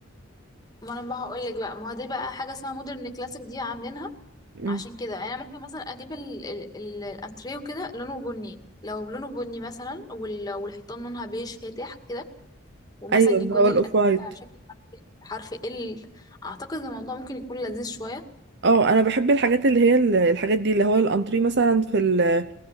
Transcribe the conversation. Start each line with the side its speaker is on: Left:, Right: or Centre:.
Left: ما أنا بقى هقول لك بقى ما هو دي بقى حاجة اسمها مودرن كلاسيك دي عاملينها
Right: مم.
Left: عشان كده يعني انا ممكن مثلا اجيب ال... ال... ال... الانتريه وكده لونه بني لو لونه بني مثلا وال... والحيطان لونها بيج فاتح كده ومثلا
Right: ايوه اللي
Left: يكون
Right: هو
Left: الانتريه
Right: الاوف وايت
Left: على شكل حرف حرف ال اعتقد الموضوع ممكن يكون لذيذ شوية
Right: اه انا بحب الحاجات اللي هي ال- الحاجات دي اللي هو الانتري مثلا في ال-